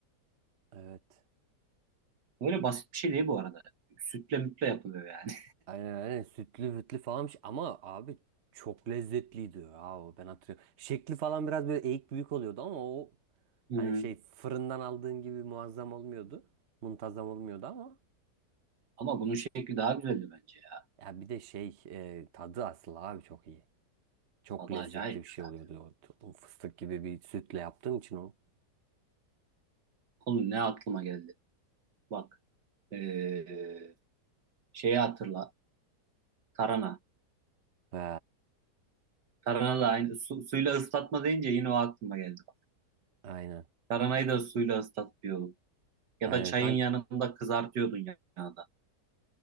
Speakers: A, on the right; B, on the right.
A: Evet.
B: Böyle basit bir şey değil bu arada. Sütle mütle yapılıyor yani.
A: Aynen aynen sütlü hütlü falanmış ama abi çok lezzetliydi ya o ben hatırlıyorum. Şekli falan biraz böyle eğik büyük oluyordu ama o
B: <laughs>
A: hani
B: Hı.
A: şey fırından aldığın gibi muazzam olmuyordu. Muntazam olmuyordu ama
B: Ama bunun şekli daha güzeldi bence ya.
A: ya bir de şey e, tadı asıl abi çok iyi. Çok
B: Tadı
A: lezzetli
B: acayip
A: bir şey
B: zaten.
A: oluyordu o, o fıstık gibi bir sütle yaptığın için o.
B: <clears throat> Oğlum ne aklıma geldi. Bak. ee, şeyi hatırla. Tarhana.
A: He,
B: Tarhana da aynı. Su, suyla ıslatma deyince yine o aklıma geldi. Bak.
A: aynen
B: Tarhanayı da suyla ıslatıyorduk. Ya
A: aynen
B: da çayın
A: kanka.
B: yanında kızartıyordun yanında.